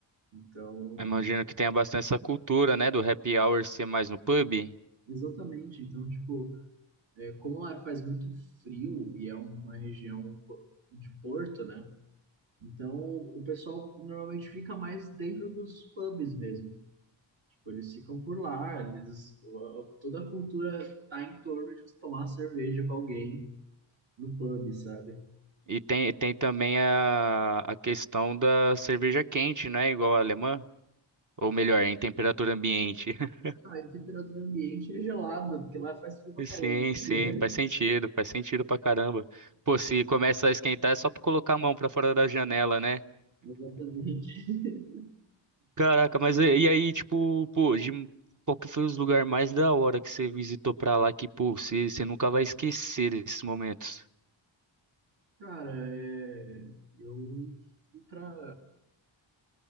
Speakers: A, on the right; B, on the right.
A: Então,
B: Imagino que tenha bastante essa cultura, né, do happy hour ser mais no pub.
A: exatamente. Então, tipo, é, como lá faz muito frio e é uma região po- de porto, né? Então, o pessoal normalmente fica mais dentro dos pubs mesmo. Tipo, eles ficam por lá, eles, toda a cultura tá em torno de tomar cerveja com alguém no pub, sabe?
B: E tem, tem também a, a questão da cerveja quente, né, igual a alemã. Ou melhor, em temperatura ambiente. <laughs>
A: Ah, e a temperatura ambiente é gelada, porque lá faz frio pra caramba.
B: Sim, sim,
A: tá ligado?
B: faz sentido, faz sentido pra caramba. Pô, se começa a esquentar é só pra colocar a mão pra fora da janela, né?
A: <laughs> Exatamente.
B: Caraca, mas e e aí, tipo, pô, de, qual que foi os lugares mais da hora que você visitou pra lá que, pô, você, você nunca vai esquecer desses momentos?
A: <laughs> Cara, é, eu fui pra